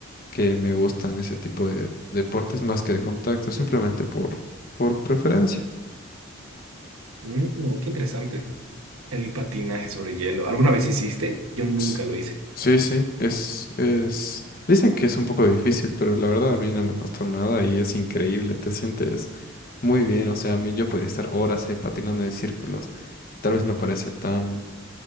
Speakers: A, on the left; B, on the right.
A: que me gustan ese tipo de deportes más que de contacto, simplemente por, por preferencia.
B: Mm, qué interesante. El patinaje sobre hielo. ¿Alguna vez hiciste? Yo nunca
A: S-
B: lo hice.
A: Sí, sí, es, es... Dicen que es un poco difícil, pero la verdad a mí no me costó nada y es increíble, te sientes muy bien, o sea, a mí yo podría estar horas ahí patinando en círculos, que tal vez no parece tan,